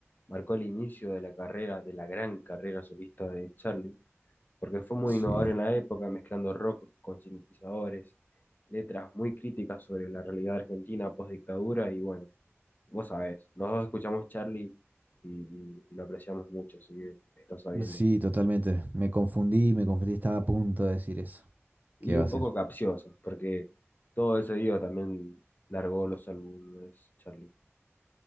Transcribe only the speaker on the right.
Sí,
sí, totalmente. Me confundí, me confundí, estaba a punto de decir eso.
¿Qué va
a ser?